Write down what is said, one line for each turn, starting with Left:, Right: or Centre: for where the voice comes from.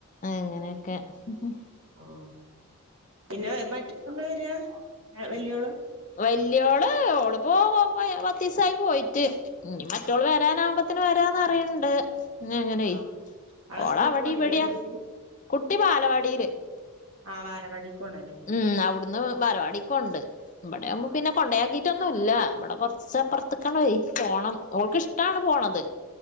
Left: അങ്ങനെയൊക്കെ ഹ്ഹ്
Right: ഓ പിന്നെ എന്ന്ട്ക്ന്ന് വര്യ വല്യോള്?
Left: വല്യോള് ഓള് പോ പോയ പത്തീസായി പോയിട്ട് ഇനി മറ്റോള്
Right: ആഹ്
Left: വരാനാാവുമ്പത് ത്തിന് വരാന്നറിയണ്ട് ന്നങ്ങനെയ
Right: ആഹ് അവള്
Left: ഓള
Right: സ്കൂള്
Left: വടിവട്യാ
Right: പോണില്ലേ കുട്ടി
Left: കുട്ടി ബാലവാടിയില്
Right: ആഹ് ബാലവാടിപൊണലെ?
Left: ഉം അവിടുന്ന് ബാലവാടീക്കോവ്ണ്ട്. ഇബട്യാവുമ്പ
Right: ആഹ്
Left: പിന്നെ കൊണ്ടയാക്കിയിട്ടൊന്നും ല്ല ഇബടെ കൊറച്ചപ്പറത്തക്കണ്ടെയ് ക്ക് പോണം. ഓക്ക് ഷ്‌ടാണ് പോണത്.